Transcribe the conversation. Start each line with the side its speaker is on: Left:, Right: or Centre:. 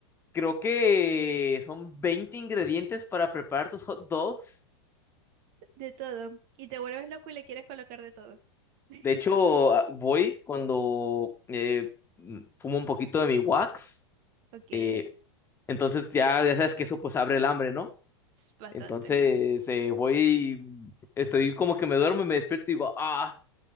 Left: creo que son 20 ingredientes para preparar tus hot dogs
Right: De todo. Y te vuelves loco y le quieres colocar de todo. <laughs>
Left: De hecho, a- voy cuando eh, mm, fumo un poquito de mi wax,
Right: Ok, es
Left: eh, entonces ya, ya sabes que eso pues abre el hambre, ¿no?
Right: bastante.
Left: Entonces eh, voy, mm, estoy como que me duermo, me despierto y digo, ah,